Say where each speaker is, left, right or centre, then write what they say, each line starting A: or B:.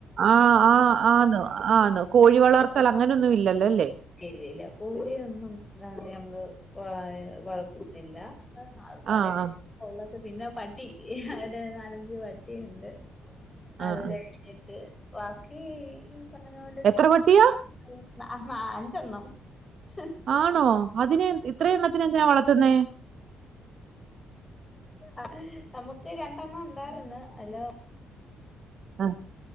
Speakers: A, on the right (about 60°); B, on the left (about 20°).
A: ആഹ് ആഹ് ആന്ന് ആന്ന് കോഴി വളർത്തലങ്ങനൊന്നും ഇല്ലല്ലോ ലെ
B: ഇല്ലയില്ല കോഴിയൊന്നും ഇതാണ് നമ്മള് കൊളായ വളർ ഉതില്ല അഹ് ആക പാടെ
A: ആ
B: പിനെ
A: ആ
B: ഒള്ളത് പിനെ പട്ടി ഹ് അവന്റെ നാലഞ്ച് പട്ടിയുണ്ട്. അത്
A: ആ ആ.
B: കഴിഞ്ഞിട്ട് വാക്കി ഈ പറഞ്ഞ പോലെ കൃഷി
A: എത്ര പട്ടിയാ
B: മൊ- അഹ് ന്നഹ് അഞ്ചണ്ണം ച്ച്-
A: ആണോ അതിനേം ഇത്രെയെണ്ണത്തിനെ എന്തിനാ വളത്ത്ന്നെ?
B: അ ഹ് നമുക്ക് രണ്ടെണ്ണം ഉണ്ടാര്ന്ന് അയ്ലൊ-
A: അ